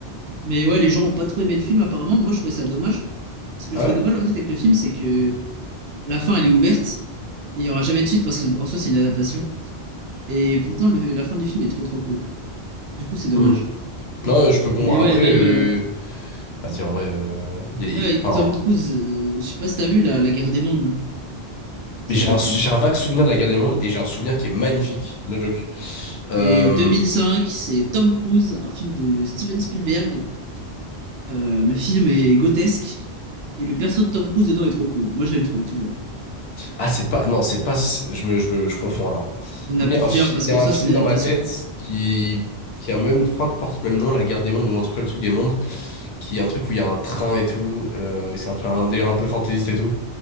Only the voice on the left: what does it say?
Ah
ouais?
Hum. Non, euh, je peux comprendre.
Après,
euh...
vas-y, en vrai. euh, y a- y
a-
Enfin.
Mais j'ai
un, sou-
j'ai un vague souvenir de la guerre des mondes et j'ai un souvenir qui est magnifique, no joke. Euh,
Ah, c'est pas. Non, c'est pas. Je me, je me- je confonds alors.
Moi,
Il y a un, fi-
il y
a
un film
dans ma tête qui, qui a même. Je crois que porte le même nom, La Guerre des Mondes, ou en tout cas le truc des mondes, qui est un truc où il y a un train et tout. euh, c'est un, truc- un délire un peu fantaisiste et tout.